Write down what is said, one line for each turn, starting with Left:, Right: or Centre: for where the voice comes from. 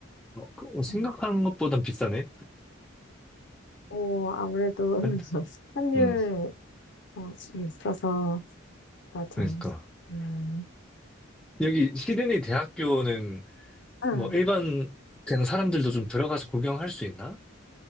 Centre: 어, 그- 어, 생각하는
Left: 음.
Centre: 것보단 비싸네.
Left: 오, 아무래도 <laughs>
Centre: 한-
Left: 환율
Centre: 음,
Left: 어, 있어서, 맞아.
Centre: 그러니까.
Left: 음.
Centre: 여기 시드니 대학교는
Left: 응,
Centre: 뭐 일반 그냥 사람들도 좀 들어가서 구경할 수 있나?